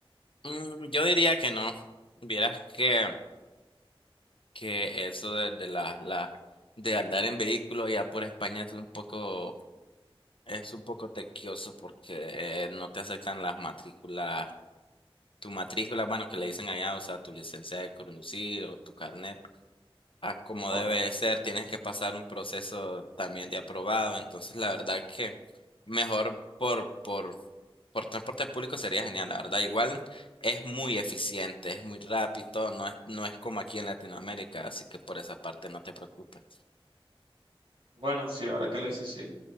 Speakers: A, on the left; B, on the right.
A: Mm, yo diría que no. Vieras que que eso de, de la, la de andar en vehículo allá por España es un poco es un poco tequioso porque eh, no te aceptan las matrículas, tu matrícula, bueno, que le dicen allá, o sea, tu licencia de conducir o tu carnet a como
B: Oh,
A: debe de ser, tienes que pasar un proceso también de aprobado. Entonces, la verdad que mejor por, por, por transporte público sería genial, la verdad. Igual es muy eficiente, es muy rápido, no es, no es como aquí en Latinoamérica, así que por esa parte no te preocupes.
B: Bueno, sí, ahora que lo dices, sí.